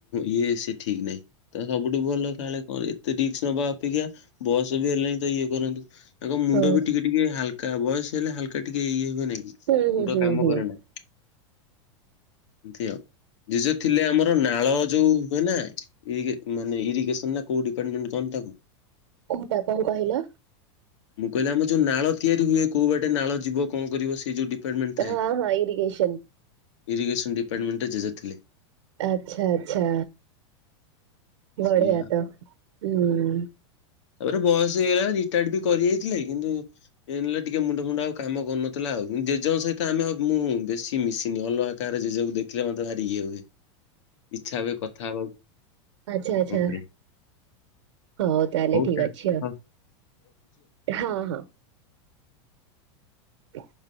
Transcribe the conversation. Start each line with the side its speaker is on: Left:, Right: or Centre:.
Left: ଇଏ ସେ ଠିକ୍ ନାହିଁ। ତ ସବୁଠୁ ଭଲ ତାହାଲେ କଣ ଏତେ ରିକ୍ସ ନବା ଅପେକ୍ଷା ବୟସ ବି ହେଲାଣିି ତ ଇଏ କରନ୍ତୁ। ତାଙ୍କ
Right: ହୁଁ
Left: ମୁଣ୍ଡ ବି ଟିକେ ଟିକେ ହାଲକା ବୟସ ହେଲେ ହାଲକା ଟିକେ ଇଏ ହୁଏ ନା କି ମୁୁଣ୍ଡ
Right: ହୁଁ ହୁଁ ହୁଁ
Left: କାମ କରେନା।
Right: <inaudible>
Left: ଏମତି ଆଉ। ଜେଜ ଥିଲେ ଆମର ନାଳ ଯୋଉ ହୁଏ ନା ଇରି ମାନେ ଇରିଗେସନ ନା କୋଉଠି <unintelligible>
Right: କୋଉଟା କଣ କହିଲ?
Left: ମୁଁ କହିଲି ଆମର ଯୋଉ ନାଳ ତିଆରି ହୁଏ କୋଉ ବାଟେ ନାଳ ଯିବ କଣ କରିବ ସେଇ ଯୋଉ ଡିପାର୍ଟମେଣ୍ଟ ଥାଏ,
Right: ହଁ ହଁ ଇରିଗେସନ
Left: ଇରିଗେସନ ଡିପାର୍ଟମେଣ୍ଟ ଜେଜେ ଥିଲେ।
Right: ଆଚ୍ଛା ଆଚ୍ଛା। ବଢିଆ
Left: ସେଇଆ
Right: ତ। ହୁଁ
Left: ତାପରେ ବୟସ ହେଇଗଲାଣି ରିଟାୟଡ ବି କରି ଯାଇଥିଲେ। କିନ୍ତୁ ଏ ନେଲେ ଟିକେ ମୁଣ୍ଡ ଫୁଣ୍ଡ ଆଉ କାମ କରୁନଥିଲା ଆଉ। ଜେଜଙ୍କ ସହିତ ଆମେ ଆଉ ମୁଁ ବେଶୀ ମିଶିନି। ଅଲଗା ତାପରେ ଜେଜ ଙ୍କୁ ଦେଖିଲେ ମତେ ଭାରି ଇଏ ହୁଏ। ଇଚ୍ଛା ହୁଏ କଥା ହବାକୁ
Right: ଆଚ୍ଛା ଆଚ୍ଛା।
Left: କଣ କରିବା
Right: ହଉ ତାହେଲେ ଠିକ୍
Left: ଟା
Right: ଅଛି ଆଉ।
Left: ହଉ
Right: ହଁ ହଁ। ହ